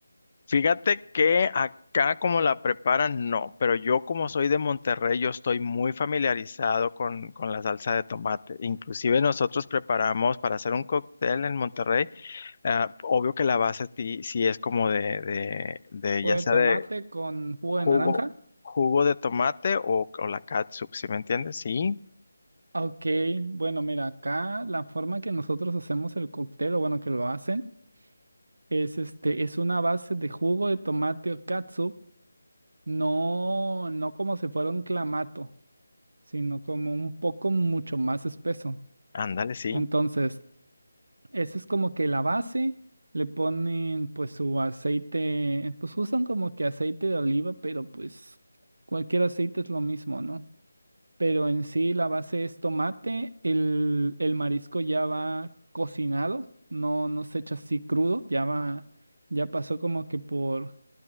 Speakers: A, on the left; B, on the right.
A: fíjate que acá como la preparan, no, pero yo como soy de Monterrey, yo estoy muy familiarizado con, con la salsa de tomate. Inclusive nosotros preparamos para hacer un cóctel en Monterrey, ah, obvio que la base sí, sí es como de, de, de,
B: Jugo
A: ya
B: de
A: sea
B: tomate
A: de
B: con jugo de
A: Jugo,
B: naranja.
A: jugo de tomate o, o la catsup, ¿sí me entiendes? Sí,
B: Ok, bueno, mira, acá la forma que nosotros hacemos el cóctel, o bueno, que lo hacen, es este, es una base de jugo de tomate o catsup, no, no como si fuera un clamato, sino como un poco mucho más espeso.
A: ándale, sí.
B: Entonces, Esa es como que la base, le ponen pues su aceite, pues usan como que aceite de oliva, pero pues cualquier aceite es lo mismo, ¿no? Pero en sí la base es tomate, el, el marisco ya va cocinado, no, no se echa así crudo, ya va, ya pasó como que por,